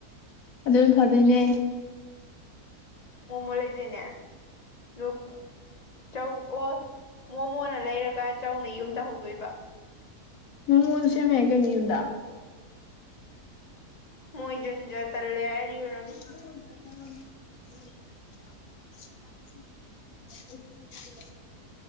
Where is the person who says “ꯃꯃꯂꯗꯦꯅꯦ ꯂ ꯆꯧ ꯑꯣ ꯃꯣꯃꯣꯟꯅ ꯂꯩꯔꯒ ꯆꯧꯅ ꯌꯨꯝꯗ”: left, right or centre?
Left